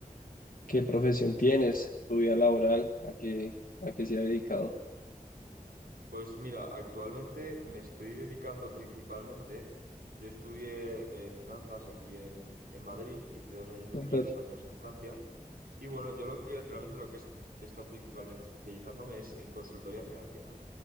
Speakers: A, on the left (about 65°); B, on the right (about 80°).
A: qué profesión tienes, tu vida laboral, a qué, a qué se ha dedicado.
B: Pues mira, actualmente me estoy dedicando principalmente, yo estudié eh, finanzas aquí en, en Madrid, hice dos años aquí,
A: Súper.
B: dos años en Francia, y bueno, yo lo que realmente lo que es- he estado principalmente especializándome es en consultoría financiera.